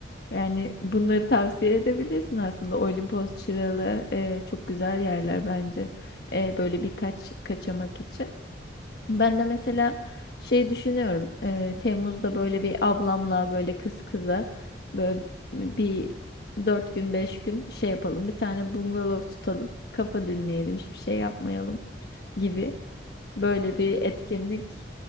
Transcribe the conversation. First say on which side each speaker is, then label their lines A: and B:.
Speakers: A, on the left; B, on the left.
A: Yani
B: hı hı,
A: bunları tavsiye edebilirsin aslında. Olimpos, Çıralı e, çok güzel yerler bence. E, böyle birkaç kaçamak için.
B: hı
A: Ben
B: hı,
A: de mesela şey düşünüyorum. eee, Temmuz'da böyle bir ablamla böyle kız kıza böyle bir dört gün beş gün şey yapalım. Bir tane bungalov tutalım. Kafa dinleyelim,
B: hı
A: hiçbir
B: hı.
A: şey yapmayalım gibi böyle
B: Aa
A: bir
B: çok
A: etkinlik
B: iyi plan.